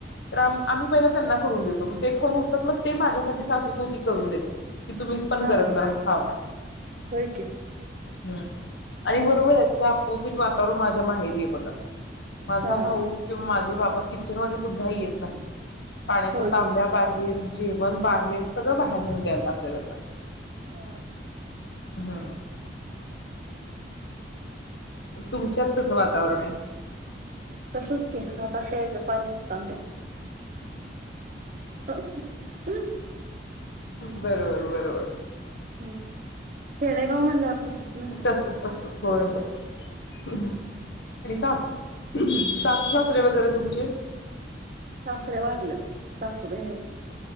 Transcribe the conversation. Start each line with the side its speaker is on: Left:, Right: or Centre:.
Left: तर आम आम्ही पहिल्या त्यांना करून देतो मग ते खाऊन उठतात मग ते माझ्यासाठी सासूसाठी करून देतात कि तुम्ही पण
Right: हा
Left: गरम गरम खावा
Right: होय की
Left: हूं आणि बरोबर याच्या अपोजिट वातावरण माझ्या माहेरी आहे बघा. माझा
Right: हा
Left: भाऊ किंवा माझ जे बाबा किचन मध्ये सुद्धा येत नाहीत. पाण्याचा
Right: होय
Left: तांब्या
Right: की
Left: बाहेर जेवण बाहेर सगळं बाहेर नेऊन द्यायला लागतय त्यांना
Right: हा
Left: हूं तुमच्यात कसं वातावरण हाय?
Right: तसच की हातात द्यायचं पाण्याचा तांब्या. <inaudible> <inaudible>
Left: बरोबर-बरोबर
Right: हुं खेडेगाव म्हणल्यावर तसच नाही जरा
Left: तस-तसच होय-होय. आणि सासू सासू सासरे वगैरे तुमचे
Right: सासरे वारलेत सासुबाई आहेत की